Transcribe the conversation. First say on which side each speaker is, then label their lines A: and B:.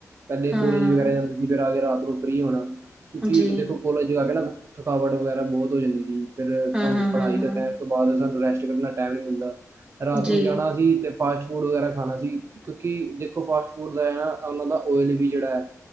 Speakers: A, on the right (about 50°); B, on the right (about 20°).
A: ਪਹਿਲੇ
B: ਹੂੰ,
A: ਕੋਲੇਜ ਵਗੈਰਾ ਜਾਂਦੇ ਸੀ, ਫਿਰ ਆ ਕੇ ਰਾਤ ਫਰੀ ਹੋਣਾ, ਕਿਉਂਕਿ
B: ਜੀ।
A: ਇੱਕ ਦੇਖੋ ਕੋਲਜ ਆ ਕੇ ਨਾ ਥਕਾਵਟ ਵਗੈਰਾ ਬਹੁਤ ਹੋ ਜਾਂਦੀ ਸੀ। ਫਿਰ
B: ਹੂੰ,
A: ਸਾਨੂੰ
B: ਹੂੰ,
A: ਪੜ੍ਹਾਈ
B: ਹੂੰ,
A: ਦੇ
B: ਹੂੰ,
A: ਟਾਈਮ ਤੋਂ ਬਾਅਦ ਸਾਨੂੰ ਰੈਸਟ ਕਰਨ ਦਾ ਟਾਈਮ ਨਹੀਂ ਮਿਲਦਾ, ਰਾਤ
B: ਜੀ,
A: ਨੂੰ ਜਾਣਾ ਅਸੀ ਤੇ ਫਾਸਟ ਫੂਡ ਵਗੈਰਾ ਖਾਣਾ ਸੀ, ਕਿਉਂਕਿ ਦੇਖੋ ਫਾਸਟ ਫੂਡ ਦਾ ਹੈ ਨਾ ਉਹਨਾਂ ਦਾ ਓਇਲ ਹੀ ਜਿਹੜਾ ਹੈ